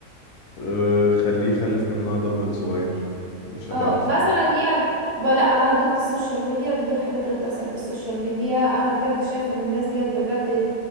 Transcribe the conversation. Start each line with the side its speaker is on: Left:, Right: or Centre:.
Left: أه خليه يخلف منها دمبل صغير مش هتعرف
Right: اه مثلا يعني ب- لا انا ضد السوشيال ميديا ضد الحاجات اللي بتحصل في السوشيال ميديا انا بجد شايفة ان الناس ديت بجد